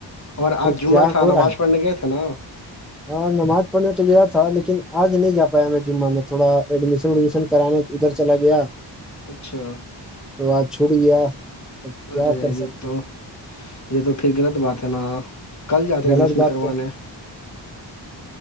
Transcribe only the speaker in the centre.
کیا
ہو رہا
ہے
ہاں نماز پڑھنے تو گیا تھا لیکن آج نہیں جا پایا میں جمعہ میں تھوڑا ایڈمیشن وڈمیشن کرانے ادھر چلا گیا
تو آج چھوٹ گیا اور کیا
کر
سکتے
ہیں
غلط
بات